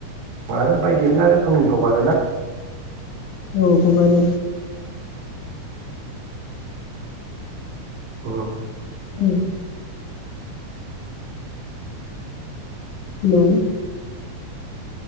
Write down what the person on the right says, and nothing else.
आरो बायदि एलला रोखोमनि हगारोना?
औ।